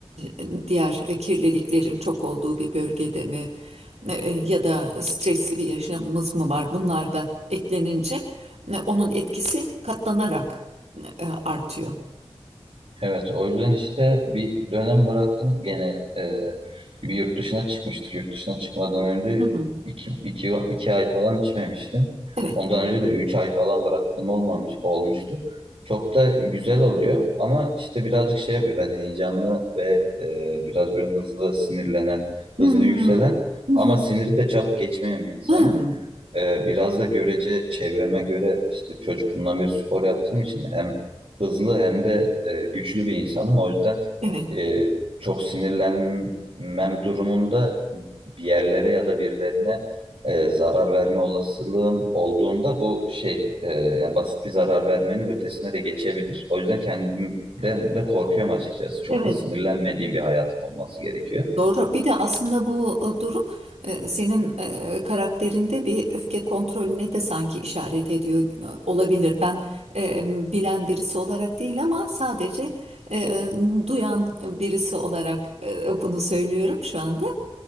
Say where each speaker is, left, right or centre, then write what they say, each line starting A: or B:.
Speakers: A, on the right (about 80°); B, on the right (about 60°).
A: e, diğer e, kirliliklerin çok olduğu bir bölgede mi E, e, ya da stresli bir yaşamımız mı var? Bunlar da eklenince e, onun etkisi katlanarak e, artıyor.
B: Evet, o yüzden işte bir dönem bıraktım. Gene e, bir yurt dışına çıkmıştık. Yurt dışına çıkmadan önce
A: Hı hı.
B: iki, iki, iki ay falan içmemiştim.
A: Evet.
B: Ondan önce de üç ay falan bıraktığım olmamış, olmuştu. Çok da güzel oluyor ama işte birazcık şey yapıyor. Ben heyecanlı ve e, biraz böyle hızlı sinirlenen,
A: Hmm.
B: hızlı yükselen
A: Hı
B: ama
A: hı.
B: siniri de çabuk geçmeyen bir insanım.
A: Hmm.
B: Ee, biraz da görece çevreme göre işte çocukluğumdan beri spor yaptığım için hem hızlı hem de e, güçlü bir insanım. O yüzden
A: Evet.
B: e, çok sinirlenmem durumunda bir yerlere ya da birilerine e, zarar verme olasılığım olduğunda bu şey e, yani basit bir zarar vermenin ötesine de geçebilir. O yüzden kendimden de korkuyorum açıkçası. Çok
A: Evet.
B: da sinirlenmediğim bir hayatım olması gerekiyor.
A: Doğru. Bir de aslında bu e, durum e, senin e, karakterinde bir öfke kontrolüne de sanki işaret ediyor e, olabilir. Ben e, bilen birisi olarak değil ama sadece e, duyan birisi olarak e, bunu söylüyorum şu anda.